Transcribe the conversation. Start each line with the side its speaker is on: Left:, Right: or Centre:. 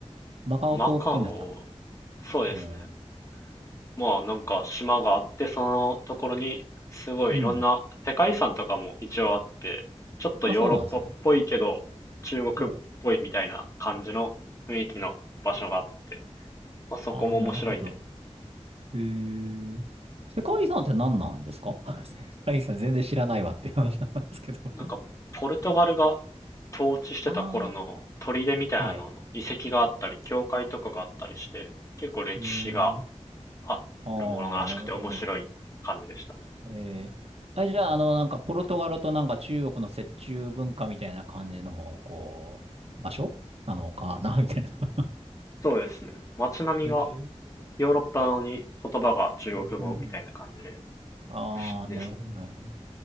Right: マカオ島って言うんでしたっけ
Left: マカオ、そうですね。
Right: うん。
Left: まあなんか島があって、そのところにすごいいろんな世界遺産とかも一応あって、
Right: うん。
Left: ちょっとヨーロッパっぽいけど、
Right: あ、そうなんですね。
Left: 中国っぽいみたいな感じの雰囲気の場所があって、
Right: おう。
Left: まあ、そこも面白いんです
Right: ああー、なるほど。えー、世界遺産って何なんですか <laughs> 世界遺産全然知らないわって話なんですけど。<laughs>
Left: なんか、ポルトガルが統治してた頃の砦みたいなのの遺跡があったり、
Right: ああ、はい。
Left: 教会とかがあったりして、結構歴史が
Right: えー、
Left: あるものらしくて面白い感じでしたね。
Right: ああ、なるほど。えー、あ、じゃあ、あの、なんか、ポルトガルとなんか中国の折衷文化みたいな感じの、こう、場所なのかな、みたいな。<laughs>
Left: そうですね。街並みが
Right: えー
Left: ヨーロッパなのに言葉が中国語みたいな感じで、
Right: うんうんうん。ああ、
Left: いいですね。
Right: なるほど、なるほど。